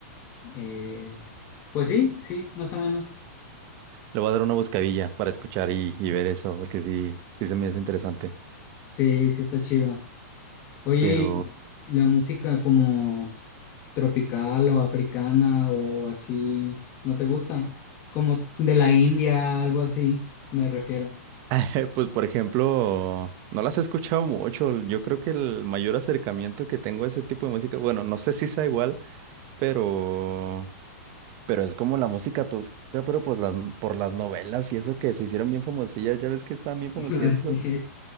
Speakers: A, on the left (about 25°); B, on the right (about 30°).
A: eh, pues sí, sí, más o menos.
B: Le voy a dar una buscadilla para escuchar y, y ver eso, porque sí, sí se me hace interesante.
A: Sí, sí está chido. Oye,
B: Pero,
A: ¿y la música como tropical o africana o así, no te gusta? Como de la India, algo así, me refiero.
B: <laughs> pues por ejemplo, no las he escuchado mucho. Yo creo que el mayor acercamiento que tengo a ese tipo de música, bueno, no sé si sea igual, pero, pero es como la música turca, pero pues las, por las novelas y eso que se hicieron bien famosillas, ya ves que estaban bien famosillas
A: <laughs>
B: esas.
A: Sí,